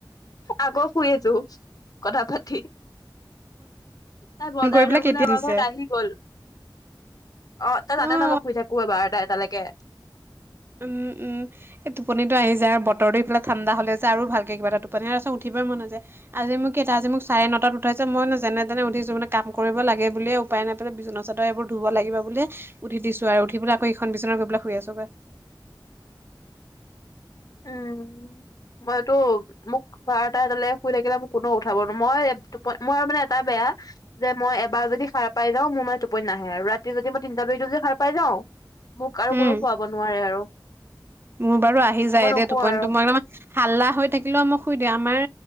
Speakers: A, on the left; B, on the right.
A: আকৌ শুই আছোঁ কথা পাতি। তাই বজাৰ
B: ফোন কৰি পেলাই
A: যাবলৈ
B: কেতিয়া
A: আমাৰ
B: দিছে
A: ঘৰত আহি গল। অ তাই জানে
B: অ
A: ন মই শুই থাকো বাৰটা এটালৈকে
B: উম উম এই টোপনিতো আহি যায় বতৰটো ইফালে ঠাণ্ডা হলে যায় আৰু ভালকে কিবাটা টোপনি আছো উঠিবই মন নযায় আজি মোক কেইটা আজি মোক চাৰে নটাত উঠাইছে মই যেনে তেনে উঠিছো মানে কাম কৰিব লাগে বুলিয়ে উপায় নাপায় বিচনা চাদৰ এইবোৰ ধুব লাগিব বুলি উঠি দিছো আৰু উঠি পেল আকৌখন বিচনাত গৈ পেলিয় শুই আছো গৈ
A: উম মইটো মোক বাৰটা এটালে শুই থাকিলে মোক কোনেও উঠাব নো মই মই মানে এটা বেয়া যে মই এবাৰ যদি সাৰ পাই যাওঁ মোৰ মান টোপনি নাহে আৰু ৰাতি যদি মই তিনটা বাজিতো যদি সাৰ পাই যাওঁ মোক আৰু
B: উম।
A: কোনো শুৱাব নোৱাৰে আৰু।
B: মোৰ বাৰু আহি যায়
A: মই নুশুও
B: দে টোপটো
A: আৰু
B: মই হাল্লা হৈ থাকিলেও মোক শুই দিও আমাৰ